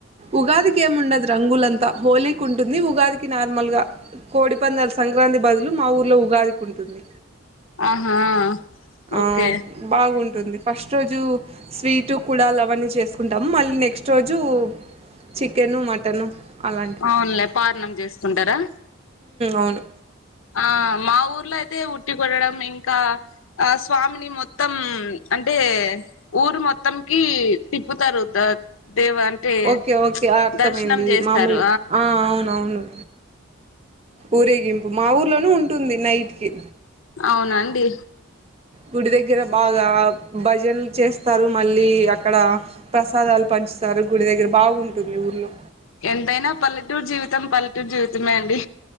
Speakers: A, on the right (about 30°); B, on the left (about 75°).
A: ఉగాదికి ఏమిండదు రంగులంతా హోలీకి ఉంటుంది ఉగాదికి నార్మల్ గా కోడి ఒప్పందాల సంక్రాంతి బదులు మా ఊర్లో ఉగాదికుంటుంది
B: ఆహా
A: ఆ
B: ఓకే
A: బాగుంటా ఉంటుంది ఫస్ట్ రోజు స్వీట్ కూడా అలావన్నీ చేసుకుంటాము మళ్ళీ నెక్స్ట్ రోజు చికెను మటన్ అలాంటివి
B: అవునులే పారణం చేసుకుంటారా
A: అవును
B: ఆ మా ఊర్లో అయితే ఉట్టి కొడడం ఇంకా ఆ స్వామిని మొత్తం అంటే ఊరు మొత్తంకి తిప్పుతారు దేవ అంటే
A: ఓకే ఓకే అర్థమైంది
B: దర్శనం చేస్తారు
A: మామూలు ఆ అవునవును ఊరేగింపు మా ఊర్లోనూ ఉంటుంది నైట్కిి
B: అవునాండి
A: గుడి దగ్గర బాగా భజనలు చేస్తారు మళ్ళీ అక్కడ ప్రసాదాలు పంచు సరు గుడి దగ్గర బాగుంటంది ఊర్లో
B: ఎంతైనా పల్లెటూరు జీవితం పల్లెటూరు జీవితమే అండి